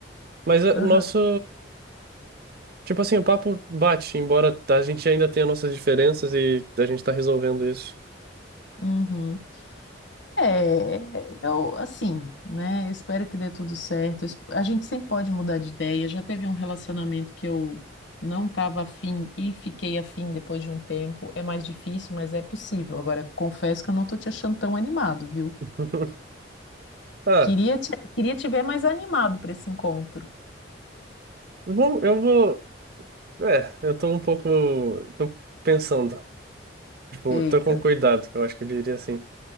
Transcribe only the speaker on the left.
aham,
uhum. É, eu, assim, né? Eu espero que dê tudo certo. Eu es- A gente sempre pode mudar de ideia. Já teve um relacionamento que eu não estava afim e fiquei afim depois de um tempo. É mais difícil, mas é possível. Agora, confesso que eu não tô te achando tão animado, viu?
Queria te, queria te ver mais animado para esse encontro.
Eita.